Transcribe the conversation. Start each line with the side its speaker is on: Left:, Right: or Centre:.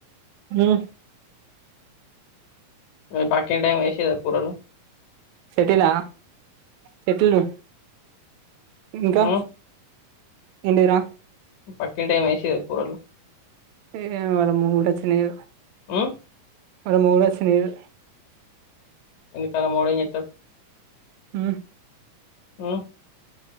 Right: హూ
Left: మీ పక్కింటి ఆమె ఏసీయాద కూరలు
Right: పెట్టిదా పెట్టియదు ఇంకా
Left: హ్మ్
Right: ఏంటిరా
Left: పక్కింటి ఆమె వేసియదా కూరలు
Right: <unintelligible>
Left: ఉ
Right: ఆమె మొగుడు <unintelligible>
Left: ఆమె మొగుడు ఎం చెత్తాడు
Right: ఊ
Left: ఆ